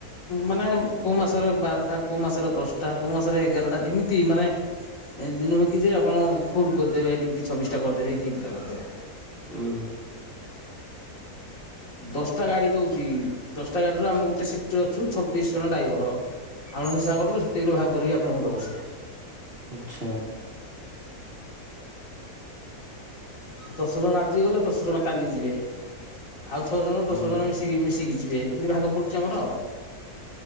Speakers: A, on the left; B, on the right.
A: ମାନେ କୋଉ ମାସରେ ବାରଟା କୋଉ ମାସରେ ଦଶଟା କୋଉ ମାସରେ ଏଗାରଟା ଏମିତି ମାନେ <unintelligible> ନୁହେଁ କି ଯେ ଆପଣ ଫୁଲ୍ କରିଦେବେ ଡ୍ୟୁଟି ଛବିଶ ଟା କରିଦେବେ କି ଏତେଟା କରିଦବେ।
B: ଉୁଁ
A: ଦଶଟା ଗାଡି ଦୋଉଚି ଦଶଟା। ତା ଗାଡିରୁ ଆମେ ଗୋଟେ ସିଫ୍ଟରେଅଛୁ ଛବିଶ ଜଣ ଡ୍ରାଇଭର ଆପଣ ହିସାବ କରନ୍ତୁ ଏତିକିରୁ ଭାଗ କରିକି ଆପଣଙ୍କୁ ଦବ ସିଏ।
B: ଆଚ୍ଛା।
A: ଦଶ ଜଣ ଆଜି ଗଲେ ଦଶ ଜଣ କାଲି ଯିବେ ଆଉ ଛଅ ଜଣ
B: ହୁଁ।
A: ଦଶ ଜଣ ମିଶିକି ମିଶିକି ଯିବେ। ଯିବେ। ଇନ୍ଦି ଭାଗ ପଡୁଛି ଆମର ଆଉ।